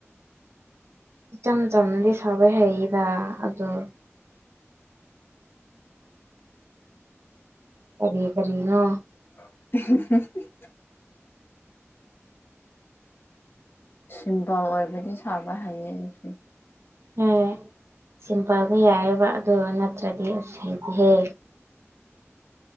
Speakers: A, on the right (about 65°); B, on the left (about 50°).
A: ꯏꯆꯝ ꯆꯝꯕꯗꯤ ꯁꯥꯕ ꯍꯩꯌꯦꯕ ꯑꯗꯨ ꯀꯔꯤ ꯀꯔꯤꯅꯣ
B: <unintelligible> ꯁꯤꯝꯄꯜ ꯑꯣꯏꯕꯗꯤ ꯁꯥꯕ ꯍꯩꯌꯦ ꯑꯩꯁꯨꯨ
A: ꯑꯦ ꯁꯤꯝꯄꯜꯗꯤ ꯌꯥꯏꯑꯕ ꯑꯗꯨ ꯅꯠꯇ꯭ꯔꯗꯤ ꯑꯁ ꯍꯩꯇꯦꯍꯦ